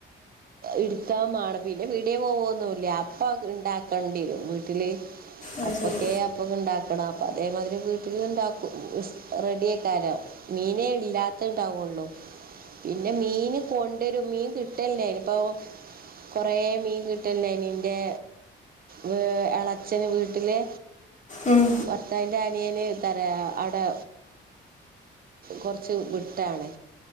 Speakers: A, on the right; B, on the left.
A: എടുക്കാൻ മാണം പിന്നെ പിട്യേ പോവന്നുല്യ അപ്പ ഇണ്ടാക്കണ്ടിരും വീട്ടില്
B: അത്
A: അപ്പൊക്കെ
B: ശരി
A: അപ്പൊ ഇണ്ടാക്കണം അപ്പൊ അതേമാതിരി വീട്ടില് ഇണ്ടാക്കും റെഡി ആയിക്കാരം മീനേ ഇല്ലാത്തണ്ടവുള്ളൂ പിന്നെ മീന് കൊണ്ടരും മീൻ കിട്ടലെനിപ്പോ കൊറേ മീൻ കിട്ടലിണ്ടെനി ന്റെ വ് എളച്ചന് വീട്ടില്
B: ഉം.
A: ഭർത്താവിന്റെ ആനിയന് തരേ അവടെ കുറച്ച് വിട്ടാണ്